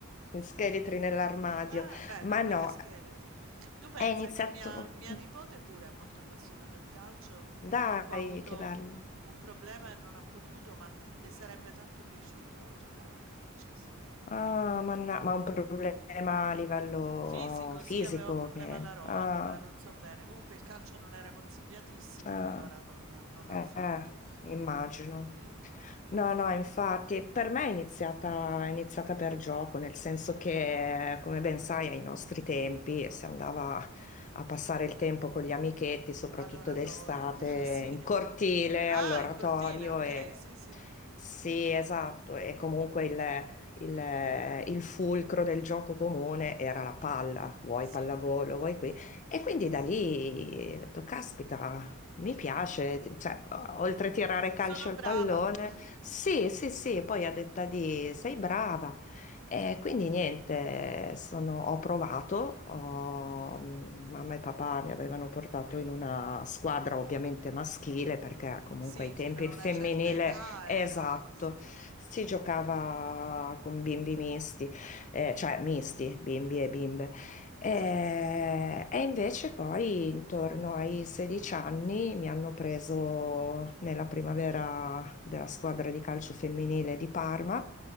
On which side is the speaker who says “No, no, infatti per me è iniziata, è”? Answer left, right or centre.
Left